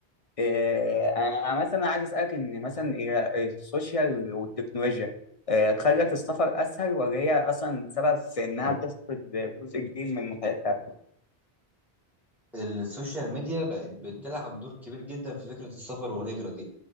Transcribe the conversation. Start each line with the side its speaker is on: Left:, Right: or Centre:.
Left: آه، انا مثلا عايز اسالك ان مثلا هي السوشيال والتكنولوجيا آه، خلت السفر اسهل ولا هي اصلا سبب في انها تفقد جزء كبير من متعتها
Centre: السوشيال ميديا بقت بتلعب دور كبير جدا في فكرة السفر والهجرة دي